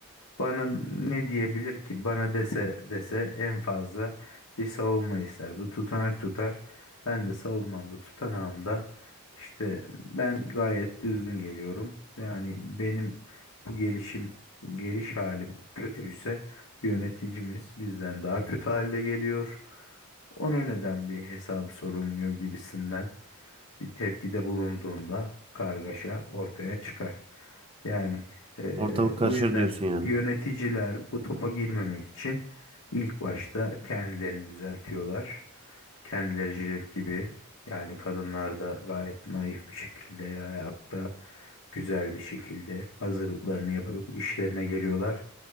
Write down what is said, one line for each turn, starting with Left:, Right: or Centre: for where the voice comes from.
Left: Bana ne diyebilir ki? Bana dese dese en fazla bir savunma ister. Bu tutanak tutar. Ben de savunmamda, tutanağımda işte ben gayet düzgün geliyorum. Yani benim bu gelişim, geliş halim kötüyse yöneticimiz bizden daha kötü halde geliyor. Ona neden bir hesabı sorulmuyor gibisinden bir tepkide bulunduğunda kargaşa ortaya çıkar. Yani eee,
Right: Ortalık karışır
Left: o yüzden
Right: diyorsun yani.
Left: yöneticiler bu topa girmemek için ilk başta kendilerini düzeltiyorlar. Kendileri jilet gibi yani kadınlar da gayet naif bir şekilde ya hayatta güzel bir şekilde hazırlıklarını yapıp işlerine geliyorlar.